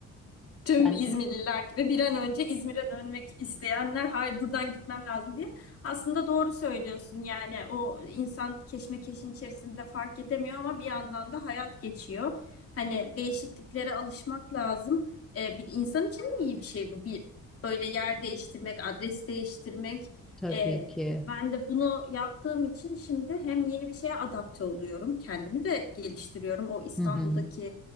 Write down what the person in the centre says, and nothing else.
Sen
de
tabii
ki.
Hı hı.